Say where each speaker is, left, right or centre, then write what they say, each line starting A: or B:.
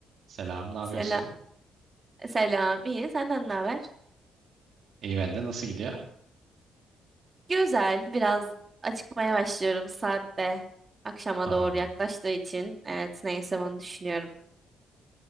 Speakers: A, on the right; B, on the right.
A: Selam, ne yapıyorsun?
B: Selam, selam. İyi. Senden ne haber?
A: İyi ben de. Nasıl gidiyor?
B: Güzel. Biraz acıkmaya başlıyorum saatte. Akşama
A: Aa,
B: doğru yaklaştığı için. Evet, ne yesem onu düşünüyorum.